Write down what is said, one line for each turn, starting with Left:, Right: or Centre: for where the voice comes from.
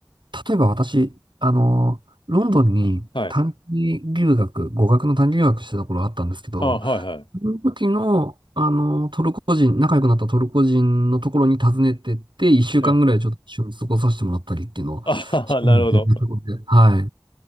Right: 例えば私、あの、ロンドンに短期留学、
Left: はい。
Right: 語学の短期留学してた頃あったんですけど、
Left: あ、はいはい。
Right: その時の、あの、トルコ人、仲良くなったトルコ人のところに訪ねてって、一週間ぐらいちょっと一緒に過ごさせてもらったりっていうのを、
Left: え、あ、<laughs> なるほど。
Right: うんではい。